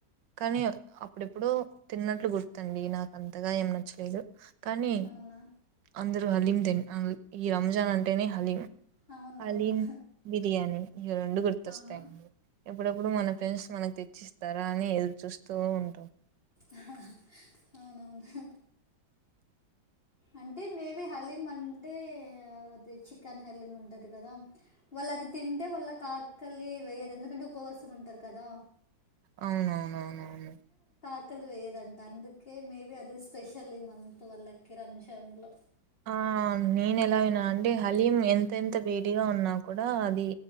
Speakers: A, on the right; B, on the left.
A: కానీ అప్పుడెప్పుడో తిన్నట్లు గుర్తుంది నాకు అంతగా ఏం నచ్చలేదు కానీ
B: అవునా
A: అందరూ హలీం తిం ఈ రంజాన్ అంటేనే హలీం
B: అవునవును
A: అలీం బిర్యానీ ఇవి రెండు గుర్తొస్తాయిండి
B: అవును
A: ఎప్పుడెప్పుడు మన ఫ్రెండ్స్ మనకు తెచ్చిస్తారా అని ఎదురు చూస్తూ ఉంటాం
B: హహహ అవునవును హహ అంటే మేబీ హలీం అంటే అది చికెన్ హలీం ఉంటది కదా వాళ్ అది తింటే వాళ్ళ కాకలి వేయదు ఎందుకంటే ఉపవాసం ఉంటారు కదా
A: అవునవునవునవును
B: క్కలి వేయదంట అందుకే మేబి అది స్పెషల్లీ మంత్ వల్లకి కి రంజాన్లో
A: ఆ నేను ఎలా విన్నా అంటే హలీం ఎంత ఎంత బేటిగా ఉన్నా కూడా అది